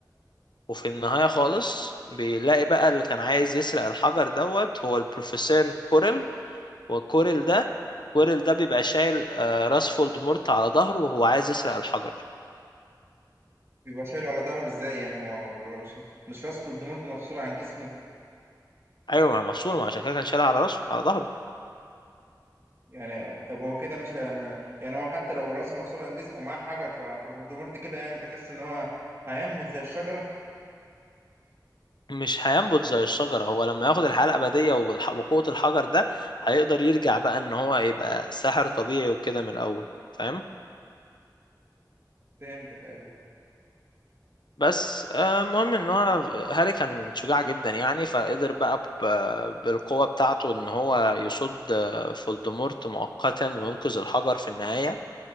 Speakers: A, on the left; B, on the right.
A: وفي النهاية خالص بيلاقي بقى اللي كان عايز يسرق الحجر دوت هو البروفيسور كوريل وكوريل ده كوريل ده بيبقى شايل آه، راس فولدمورت على ظهره وهو عايز يسرق الحجر
B: بيبقى شايله على ظهره ازاي يعني هو هو مش مش راس فولدمورت مفصول عن جسمه
A: أيوة ما هي مفصولة ما عشان كده كان شايلها على راسه على ظهره
B: يعني طب هو كده مش هم... يعني هو حتى لو راسه مفصول عن جسمه ومعاه الحجر ف- ففولدمورت كده يعني تحس ان هو هينبت زي الشجره
A: مش هينبت زي الشجرة هو لما ياخد الحياة الأبدية والح- وقوة الحجر ده هيقدر يرجع بقى إن هو يبقى ساحر طبيعي وكده من الأول فاهم
B: فهمتك ايوه
A: بس آه، المهم إن هو هاري كان شجاع جدا يعني فقدر بقى ب- بالقوة بتاعته إن هو يصد آه، فولدمورت مؤقتا وينقذ الحجر في النهاية